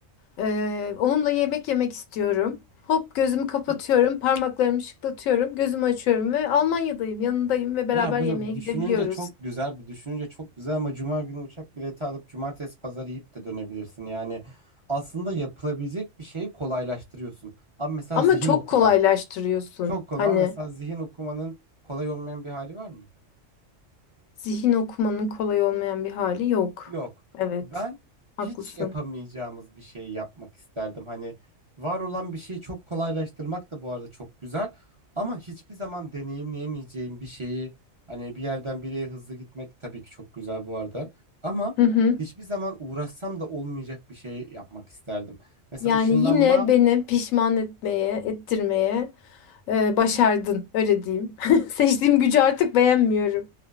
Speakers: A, on the left; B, on the right.
A: Ee, onunla yemek yemek istiyorum. Hop gözümü kapatıyorum,
B: Hı hı.
A: parmaklarımı şıklatıyorum, gözümü açıyorum ve Almanya'dayım, yanındayım ve beraber
B: Ya bu
A: yemeğe gidebiliyoruz.
B: düşününce çok güzel, bu düşününce çok güzel ama cuma günü uçak bileti alıp cumartesi pazar yiyip de dönebilirsin. Yani aslında yapılabilecek bir şeyi kolaylaştırıyorsun. Ama mesela
A: Ama
B: zihin
A: çok
B: okuma.
A: kolaylaştırıyorsun.
B: Çok kolay.
A: Hani
B: Mesela zihin okumanın kolay olmayan bir hali var mı?
A: zihin okumanın kolay olmayan bir hali yok.
B: Yok.
A: Evet.
B: Ben hiç
A: Haklısın.
B: yapamayacağımız bir şey yapmak isterdim. Hani var olan bir şeyi çok kolaylaştırmak da bu arada çok güzel. Ama hiçbir zaman deneyimleyemeyeceğim bir şeyi hani bir yerden bir yere hızlı gitmek tabii ki çok güzel bu arada. Ama
A: Hı hı.
B: hiçbir zaman uğraşsam da olmayacak bir şey yapmak isterdim. Mesela
A: Yani
B: ışınlanma
A: yine beni pişman etmeye, ettirmeye e, başardın. Öyle diyeyim. <laughs> Seçtiğim gücü artık beğenmiyorum.